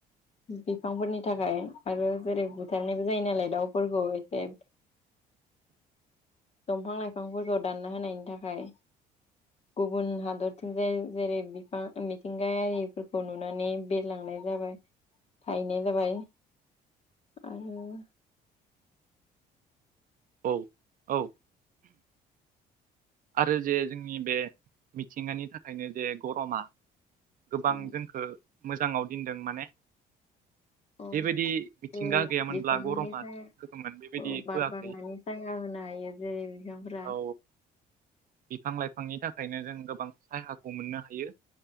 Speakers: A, on the left; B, on the right.
A: बिफांफोरनि थाखाय आरो जेरै बुथारनायबो जायो नालाय दाउफोरखौ एसे दंफां लाइफांफोरखौ दानना होनायनि थाखाय गुबुन हादरथिं जाय जेरै बिफां मिथिंगायारिफोरखौ नुनानै बेरलां नाय जानाय <unintelligible> जाबाय आरो।
B: औ औ आरो जे जोंनि बे मिथिंगानि थाखायनो जे गरमा गोबां
A: उम
B: जोंखौ मोजाङाव दोनदों माने
A: <inaudible> औ
B: बेबायदि मिथिंगा
A: बे
B: गैयामोनब्ला
A: बिफांनिफ्राय
B: गरमा होगौमोन बेबायदि
A: औ बार
B: होआखै
A: बारनानै साया होनाय जायो जेरै बिफांफोरा
B: औ बिफां लाइफांनि थाखायनो जों गोबां साहाखौ मोननो हायो।